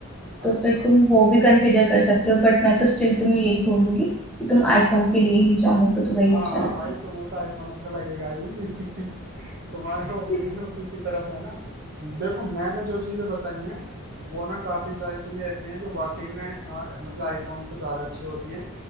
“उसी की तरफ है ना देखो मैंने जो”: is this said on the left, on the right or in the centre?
Right